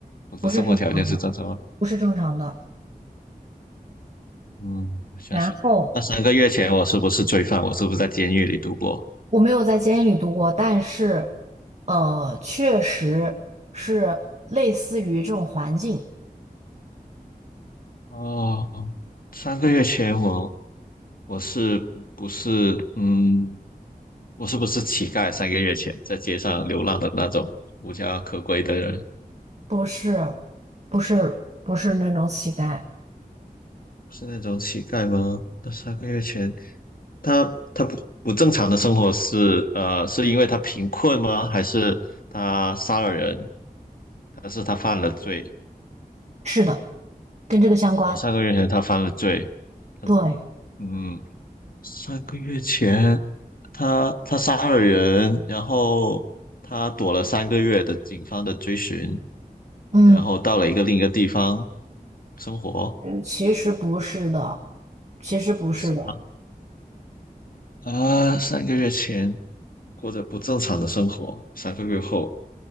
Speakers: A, on the left; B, on the right.
A: 我的生活条件是正常吗？
B: 不是正常，不是正常的。
A: 嗯，我相信。
B: 然后
A: 那三个月前我是不是罪犯？我是不是在监狱里度过？
B: 我没有在监狱里度过，但是呃，确实是类似于这种环境，
A: 哦，三个月前我我是不是嗯，我是不是乞丐？三个月前在街上流浪的那种无家可归的人。
B: 不是，不是，不是那种乞丐。
A: 是那种乞丐吗？那三个月前，他他不不正常的生活是呃，是因为他贫困吗？还是他杀了人？还是他犯了罪？
B: 是的，跟这个相关。
A: 哦，三个月前他犯了罪。他
B: 对，
A: 嗯，三个月前他他杀了人，然后他躲了三个月的警方的追寻，
B: 嗯。
A: 然后到了一个另一个地方生活，
B: 其实不是的，其实不是的。
A: 不是吗？啊，三个月前过着不正常的生活，三个月后。